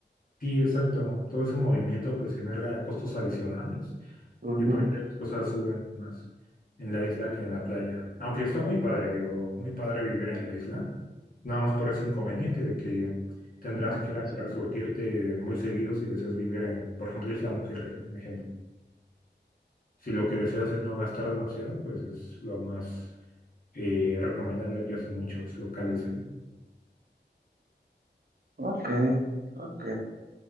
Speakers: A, on the left (about 50°); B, on the right (about 55°).
A: sí, exacto. Todo ese movimiento pues genera costos adicionales
B: Ujú.
A: y por ende las cosas suben más en la isla que en la playa. Aunque está muy padre, digo, muy padre vivir en la isla. Nada más por ese inconveniente de que tendrás
B: Vaya,
A: que ir a resurtirte
B: son-
A: muy seguido si deseas vivir en, por ejemplo, Isla Mujeres, ¿no? Un ejemplo. Si lo que deseas es no gastar demasiado, pues es lo más eh, recomendable que hacen muchos locales ahí.
B: ok, ok.